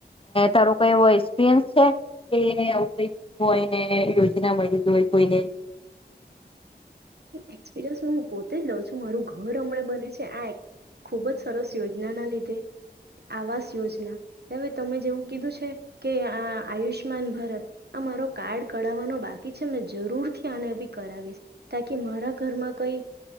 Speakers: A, on the left (about 30°); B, on the right (about 70°).
A: તારો કઈ એવો એક્સપિરિયન્સ છે કે આવું કય થીયુ હોયને એ ના મળ જો હોઈ કોઈને
B: એક્સપિરિયન્સ હું પોતે જ લઉં છું. મારું ઘર હમણાં બને છે. આ એક ખુબ જ સરસ યોજના ના લીધે આવાસ યોજના હવે તમે જેવું કીધું છે કે આ આયુષમાન ભારત આ મારો કાર્ડ કાઢવવાનો બાકી છે મે જરૂરથી આને બી કરાવીશ. તાકી મારા ઘરમાં કઈ